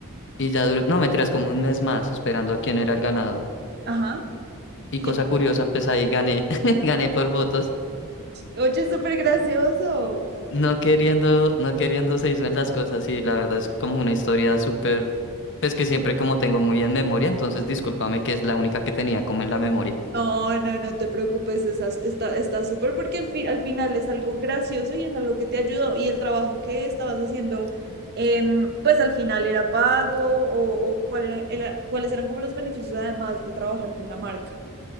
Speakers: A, on the left (about 55°); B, on the right (about 45°).
A: Y ya duró, no, mentiras, como un mes más esperando a quién era el ganador.
B: ajá.
A: Y
B: Y-
A: cosa curiosa, pues ahí gané, <laughs> gané por votos.
B: oye, es súper gracioso.
A: No queriendo, no queriendo se hizo en las cosas, sí, la verdad es como una historia súper, pues que siempre como tengo muy en memoria, entonces discúlpame que es la única que tenía como en la memoria.
B: No, no, no te preocupes, esa- está, está súper porque al fin, al final es algo gracioso y es algo que te ayudó y el trabajo que estabas haciendo, em, pues al final era pago o, o cuál era- era- cuáles eran como los beneficios además de trabajar con la marca.